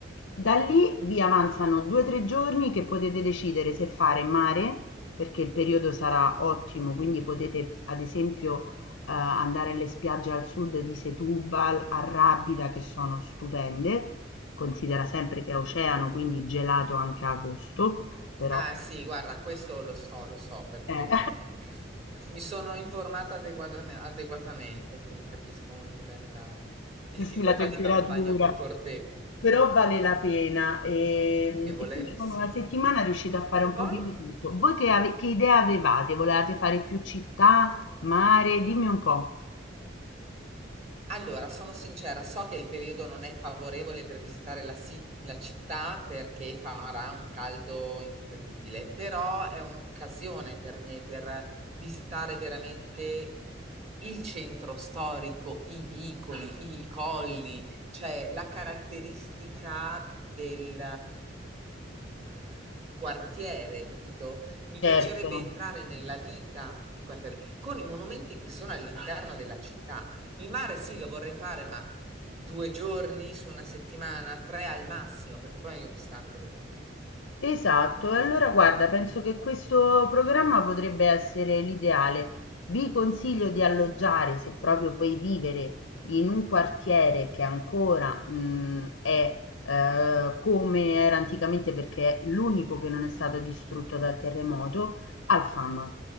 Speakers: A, on the left (about 90°); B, on the right (about 35°).
A: Da lì vi avanzano 2-3 giorni che potete decidere se fare mare, perché il periodo sarà ottimo, quindi potete ad esempio eh, andare alle spiagge al sud di Setúbal, a Rábida, che sono stupende. Considera sempre che è oceano, quindi gelato anche a agosto, però
B: Ah sì, guarda, questo lo so, lo so perché
A: eh,
B: eh, mi sono informata adeguatame- adeguatamente, quindi capisco molto bene la difficoltà
A: <laughs> sì, la temperatura.
B: di fare un bagno confortevole.
A: Però vale la pena, ehm,
B: <laughs>
A: e quindi con
B: Sì.
A: una settimana riuscite a fare
B: E
A: un
B: poi?
A: pochino tutto. Voi che, ave- che idea avevate? Volevate fare più città, mare? Dimmi un po'.
B: Allora, sono sincera, so che il periodo non è favorevole per visitare la, si- la città perché farà un caldo incredibile, però è un'occasione per me per visitare veramente il centro storico, i vicoli, i colli, cioè la caratteristica del mm, quartiere, capito? Mi piacerebbe
A: Certo.
B: entrare nella vita di quartiere con i monumenti che sono all'interno della città. Il mare sì, lo vorrei fare, ma due giorni su una settimana, tre al massimo, perché poi io mi stanco dopo un po'.
A: Esatto, e allora guarda, penso che questo programma potrebbe essere l'ideale. Vi consiglio di alloggiare, se proprio vuoi vivere in un quartiere che ancora mh, è eh, come era anticamente, perché è l'unico che non è stato distrutto dal terremoto, al Fama.